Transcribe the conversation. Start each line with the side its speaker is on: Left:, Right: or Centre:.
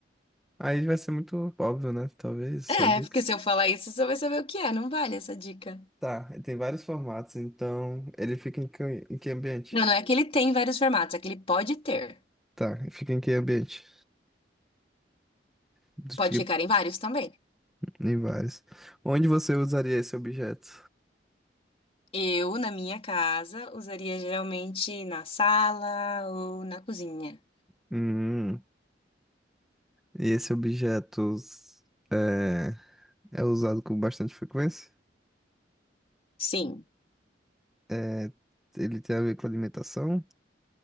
Centre: Aí vai ser muito óbvio, né? Talvez, só
Left: É,
Centre: dica.
Left: porque se eu falar isso, você vai saber o que é. Não vale essa dica.
Centre: Tá, ele tem vários formatos, então ele fica em que, em que ambiente?
Left: Não, não é que ele tem vários formatos, é que ele pode ter.
Centre: Tá, ele fica em que ambiente? Do
Left: Pode
Centre: tipo,
Left: ficar em vários também.
Centre: em vários. Onde você usaria esse objeto?
Left: Eu, na minha casa, usaria geralmente na sala ou na cozinha.
Centre: Hum, e esse objeto é, é usado com bastante frequência?
Left: Sim.
Centre: É, Ele tem a ver com alimentação?